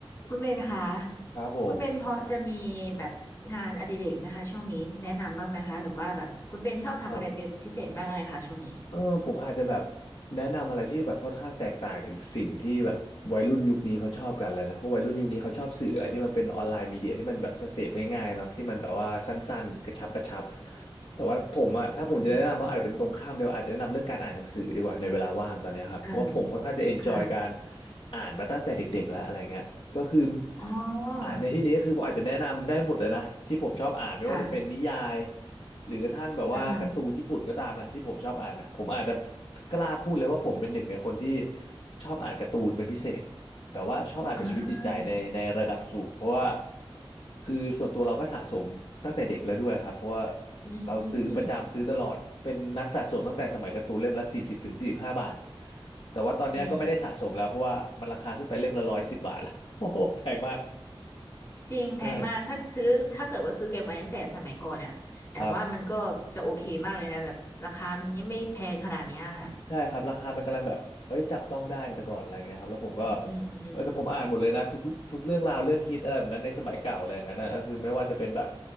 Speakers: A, on the left (about 30°); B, on the left (about 70°).
A: คุณเบนคะ
B: ครับผม
A: คุณเบนพอจะมีแบบงานอดิเรกไหมคะช่วงนี้แนะนำบ้างไหมคะหรือว่าแบบคุณเบนชอบทำอะไรเป็นพิเศษบ้างไหมคะช่วงนี้
B: ครับเออผมอาจจะแบบแนะนำอะไรที่แบบค่อนข้างแตกต่างจากสิ่งที่แบบวัยรุ่นยุคนี้เขาชอบกันเลยนะเพราะวัยรุ่นยุคนี้เขาชอบสื่ออะไรที่มันเป็นออนไลน์มีเดียที่มันแบบเสพง่ายๆเนาะที่มันแบบว่าสั้นๆกระชับกระชับแต่ว่าผมอะถ้าผมจะแนะนำว่าอาจจะเป็นตรงข้ามเลยอาจจะแนะนำเรื่องการอ่านหนังสือดีกว่าในเวลาว่างตอนเนี้ยครับเพราะว่าผมค่อนข้างจะเอนจอยการ
A: อืมอ่าค่ะ
B: อ่านมาตั้งแต่เด็กๆแล้วอะไรเงี้ยก็คือ
A: อ๋อ
B: อ่านในที่นี้ก็คือผมอาจจะแนะนำได้หมดเลยนะที่ผมชอบอ่านไม่ว่าจะเป็นนิยาย
A: ค่ะ
B: หรือกระทั่งแบบว่าการ์ตูนญี่ปุ่นก็ตามนะที่ผมชอบอ่านนะผมอาจจะ
A: อ่า
B: กล้าพูดเลยว่าผมเป็นหนึ่งในคนที่ชอบอ่านการ์ตูนเป็นพิเศษแบบว่าชอบอ่านเป็นชีวิตจิตใจในในระดับสูงเพราะว่า
A: อ่า
B: คือส่วนตัวเราก็สะสมตั้งแต่เด็กแล้วด้วยครับเพราะว่า
A: อื
B: เราซื้อประจำซื้อตลอดเป็นนักสะสมตั้งแต่สมัยการ์ตูนเล่มละสี่สิบถึงสี่สิบห้าบาท
A: ม
B: แต่ว่าตอนเนี้ยก็ไม่ได้สะสมแล้วเพราะว่ามันราคาขึ้นไปเล่มละร้อยสิบบาทแล้ว
A: อืมอืม
B: <laughs> โอ้โหแพงมาก
A: จริงแพงมากถ้าซื้อถ้าเกิดว่าซื้อเก็บไว้ตั้งแต่สมัยก่อนเนี่ยแต่ว่ามันก็จะโอเคมากเลยนะแบบราคามันยังไม่แพงขนาดเนี้ยค่ะ
B: ใช่ครับ ใช่ครับราคามันกำลังแบบเอ้ยจับต้องได้ในแต่ก่อนอะไรเงี้ยครับแล้วผมก็
A: อืมอืมอืม
B: เออแต่ผมอ่านหมดเลยนะทุกทุกเรื่องราวเรื่องฮิตอะไรแบบนั้นในสมัยเก่าอะไรอย่างนั้นนะก็คือไม่ว่าจะเป็นแบบ